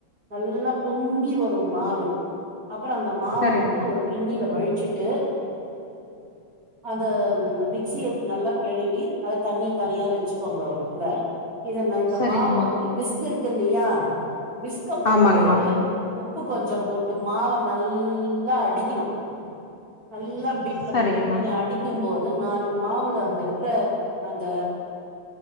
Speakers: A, on the right; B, on the left.
A: நல்லா பொங்கி வரும் மாவு அப்புற அந்த மாவ
B: சரிங்கமா
A: வந்து ஒரு கிண்ணில வழிச்சுட்டு அந்த மிக்சிய நல்லா கழுவி அது தண்ணி தனியா வச்சுக்கோங்க ஒரு இதுல இத நா இந்த
B: சரிங்கமா
A: மாவ வந்து விஸ்க் இருக்கு இல்லியா விஸ்க போட்டு
B: ஆமாங்கமா
A: உப்பு கொஞ்சம் போட்டு மாவை நல்லா அடிக்கணும் நல்லா பீட் பண்ணி
B: சரிங்கமா
A: பீட் பண்ணி அடிக்கும் போது நாலு மாவுல அந்த இருக்கிற அந்த